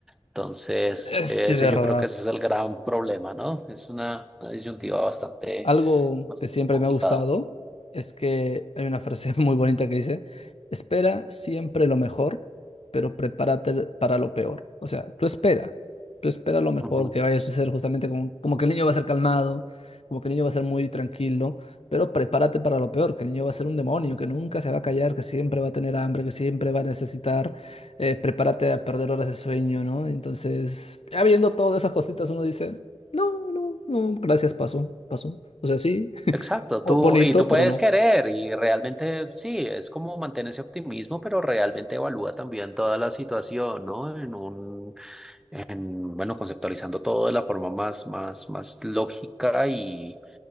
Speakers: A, in the centre; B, on the left (about 75°).
A: Entonces,
B: Eh, Sí,
A: ese
B: de
A: yo
B: verdad.
A: creo que ese es el gran problema, ¿no? Es una, una disyuntiva bastante,
B: Algo
A: bastante
B: que siempre
A: complicada.
B: me ha gustado es que hay una frase <laughs> muy bonita que dice, espera siempre lo mejor, pero prepárate para lo peor. O sea, tú espera, tú espera lo mejor
A: Ujú.
B: que vaya a suceder justamente como, como que el niño va a ser calmado, como que el niño va a ser muy tranquilo, pero prepárate para lo peor, que el niño va a ser un demonio, que nunca se va a callar, que siempre va a tener hambre, que siempre va a necesitar, eh, prepárate a perder horas de sueño, ¿no? Entonces, ya viendo todas esas cositas uno dice... No, no, no, gracias, pasó, pasó. O sea, sí,
A: Exacto,
B: bo-
A: tú
B: bonito,
A: y tú
B: pero
A: puedes
B: no.
A: querer y realmente sí, es como mantener ese optimismo, pero realmente evalúa también toda la situación, ¿no? En un en, bueno, conceptualizando todo de la forma más, más, más lógica y